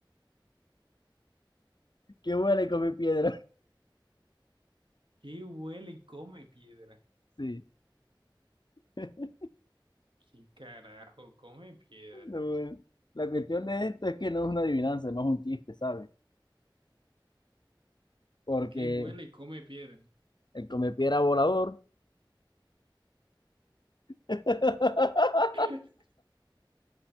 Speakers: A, on the left (about 60°); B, on the right (about 75°).
A: ¿Qué vuela y come piedra?
B: ¿Qué huele y come piedra?
A: Sí. <laughs>
B: ¿Qué carajo come piedra?
A: No, bueno. La cuestión de esto es que no es una adivinanza, no es más un chiste, ¿sabes? Porque
B: ¿Qué huele y come piedra?
A: el comepiedra volador. <laughs>
B: <laughs>